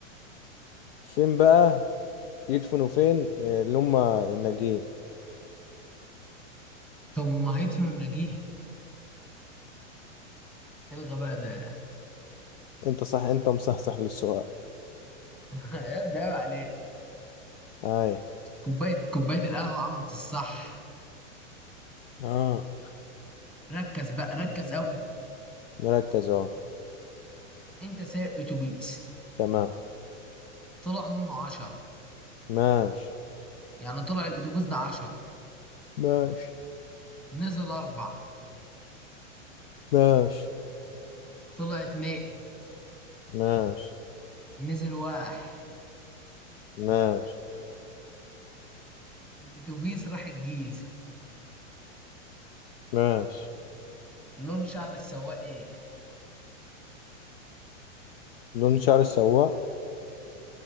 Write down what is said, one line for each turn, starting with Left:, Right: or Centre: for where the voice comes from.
Left: فين بقى يدفنوا فين آه، اللي هما الناجين
Centre: طب ما هيدفنوا الناجين ايه الغباء ده
Left: أنت صح أنت مصحصح للسؤال
Centre: <laughs> يا ابني عيب عليك
Left: أي
Centre: كوبايه كوبايه القهوه عملت الصح
Left: آه
Centre: ركز بقى ركز قوي
Left: مركز أهو
Centre: انت سايق اتوبيس
Left: تمام
Centre: طلع منه عشرة
Left: ماشي
Centre: يعني طلع الاتوبيس ده عشرة
Left: ماشي
Centre: نزل اربعة
Left: ماشي
Centre: طلع اتنين
Left: ماشي
Centre: نزل واحد
Left: ماشي
Centre: الاتوبيس راح الجيزه
Left: ماشي
Centre: لون شعر السواق ايه
Left: لون شعر السواق